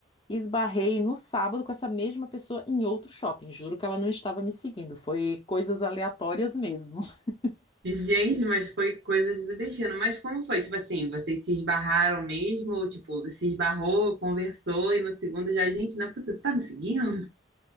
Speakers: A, on the left; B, on the right.
A: e esbarrei no sábado com essa mesma pessoa em outro shopping. Juro que ela não estava me seguindo, foi coisas aleatórias mesmo. <laughs>
B: Gente, mas foi coisas do destino. Mas como foi? Tipo assim, vocês se esbarraram mesmo? Ou tipo, se esbarrou, conversou e no segundo já, gente, não é possível, você tá me seguindo?